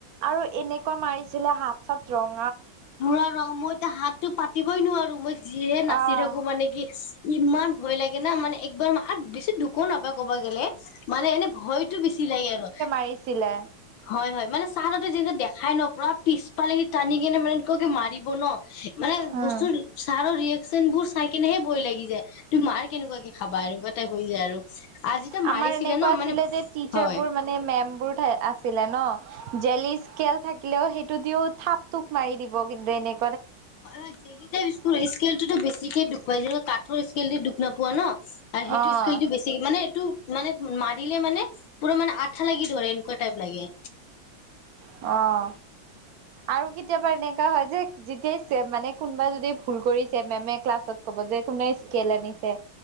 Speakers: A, on the right; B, on the left.
A: আৰু এনেকুৱা মাৰিছিলে হাত চাত ৰং।
B: ধৰা ৰং মইয়া হাতটো পাতিবই নোৱাৰো মই যিহে নাচি
A: অ',
B: থাকো মানে কি ইমান। ভয় লাগে না মানে একবাৰ বেছি দুখো নাপায় ক'ব গ'লে মানে এনে ভয়টো বেছি লাগে আৰু।
A: পাইছিলে।
B: হয়, হয়, মানে ছাৰহঁতে যেতিয়া দেখাই নহ পুৰা পিছ ফালেদি টানি কিনে মানে। <unintelligible> মাৰিব নহ মানে
A: উম,
B: বস্তু ছাৰো। চেন বোৰ চাই কিনেহে ভয় লাগি যায় তোমাৰ মাৰ কেনেকুৱাকে খাবা আৰু কিবা টাইপ হৈ যায় আৰু। আজি যে
A: আমাৰ
B: মাৰিছিলে
A: এনেকুৱা
B: ন
A: আছিলে
B: মানে
A: যে টিচাৰ
B: হয়
A: বোৰ মানে মেম বোৰ আছিলে নহ। জেলি স্কেল থাকিলেও সেইটো দিও থাপ টোপ মাৰি দিব কিন্তু এনে।
B: হয়, জেলি স্কেলটোতো বেছিকে দুখ পাই যে কাঠৰ স্কেল দুখ নাপোৱা নহ। আৰু সেইটো
A: অ',
B: স্কেলটো বেছি মানে এইটো মানে মাৰিলে মানে পুৰা মানে আঠা লাগি ধৰে এনেকুৱা। টাইপ লাগে।
A: অ।
B: <inaudible>
A: আৰু কেতিয়াবা এনেকুৱা হয়, যে যেতিয়াই মানে কোনোবা যদি ভুল কৰিছে মেমে ক্লাছত কব যে। যে কোনে স্কেল আনিছে।